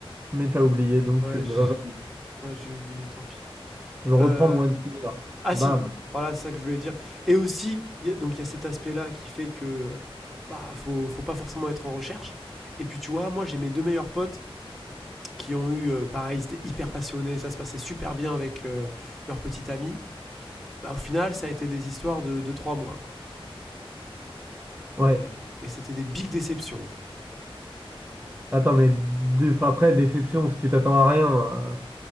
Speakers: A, on the right; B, in the centre.
A: mais t'as oublié, donc
B: Ouais,
A: tu ne
B: j'-
A: vas pas le dire.
B: ouais, j'ai oublié, tant pis.
A: Je reprends
B: Euh,
A: mon one finger.
B: Ah
A: Bam.
B: si, voilà, c'est ça que je voulais dire. Et aussi, il y a- donc il y a cet aspect-là qui fait que. euh, Bah, faut, faut pas forcément être en recherche. Et puis tu vois, moi j'ai mes deux meilleurs potes qui ont eu, euh, pareil, ils étaient hyper passionnés, ça se passait super bien avec euh, leur petite amie. Bah au final, ça a été des histoires de 2 trois mois, quoi.
A: Ouais.
B: Et, et c'était des big déceptions.
A: Attends, mais d- d- après, déception, si tu t'attends à rien. euh,